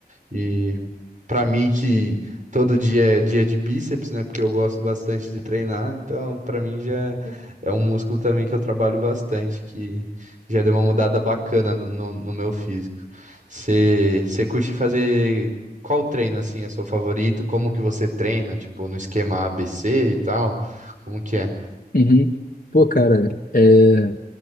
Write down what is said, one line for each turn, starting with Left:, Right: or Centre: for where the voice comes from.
Right: E pra mim que todo dia é dia de bíceps, né? Porque eu gosto bastante de treinar, então pra mim já é um músculo também que eu trabalho bastante, que já deu uma mudada bacana no, no, no meu físico. Você você curte fazer qual treino assim é seu favorito? Como que você treina? Tipo, no esquema ABC e tal? Como que é?
Left: Uhum. Pô, cara, é,